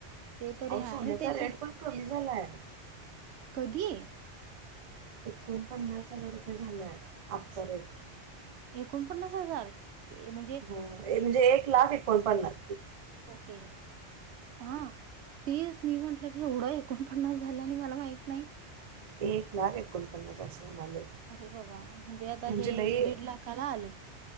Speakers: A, on the right; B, on the right.
A: ते तररी
B: अहो
A: हय
B: सोन्याचा
A: ना त्याच्या
B: रेट पण कमी झालाय
A: कधी
B: एकोण पन्नास हजाररुपये झाले, आहेत आचा रेट
A: एकोणपन्नास हजार. ए- म्हणजे
B: हो म्हणजे एक लाख एकण पन्नास
A: ओके हा तेच मी म्हंटलं की एवढा आहे. एकोणपनास झाल्या आणि मला माहिती
B: एक लाख एकोणपन्नास अस म्हले
A: अरे बाबा आता
B: म्हणजे
A: हे
B: लई
A: दीड लाखाला आलं